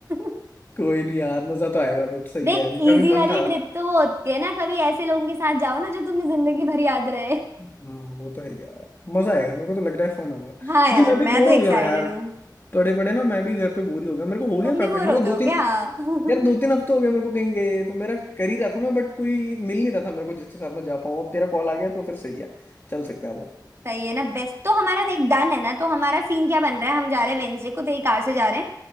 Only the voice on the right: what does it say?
<laughs>
देख
इजी
वाली
ट्रिप तो वो होती है ना कभी ऐसे लोगों के साथ जाओ ना जो तुम्हें जिंदगी भर याद रहे
<laughs>
हाँ
यार
मैं
तो एक्साइटेड
हूँ
तुम
भी बोर
होते
हो
क्या <laughs>
सही है ना बेस्ट तो हमारा देख डन है ना तो हमारा सीन क्या बन रहा है हम जा रहे हैं वेंसडे को तेरी कार से जा रहे हैं